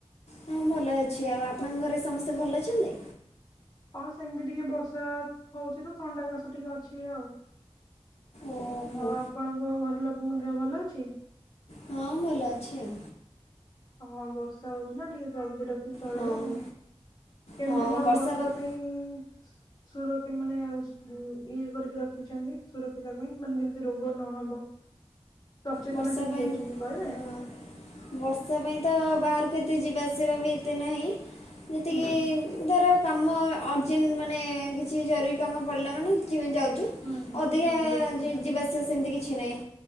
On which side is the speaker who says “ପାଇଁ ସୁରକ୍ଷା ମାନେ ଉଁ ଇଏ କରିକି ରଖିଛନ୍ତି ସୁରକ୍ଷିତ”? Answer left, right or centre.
Left